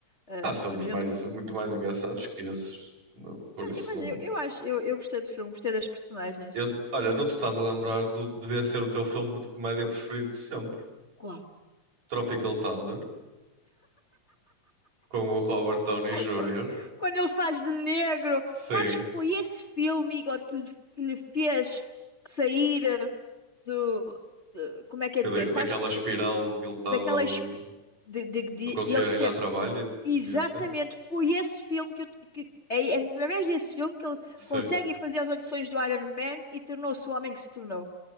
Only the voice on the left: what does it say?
a,
a ver
uma,
Mas,
eh, mas
eu, eu acho, eu, eu gostei do filme, gostei das personagens.
Qual?
Qu- Quando ele faz de negro,
sabes que foi esse filme, Igor, que lhe, que lhe fez sair eh, do, de- como é que
é dizer?
Sabes
que o-
daquela espi-
de, de, de,
de ele
ser
exatamente
foi esse filme que, eu- que é é através desse filme que ele
consegue fazer as audições do Iron Man e tornou-se o homem que se tornou.